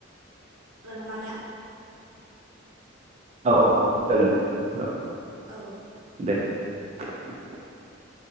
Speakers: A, on the right; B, on the right.
A: गोन नामा आ दा?
B: औ औ गोजोनथों औ
A: औ
B: <inaudible>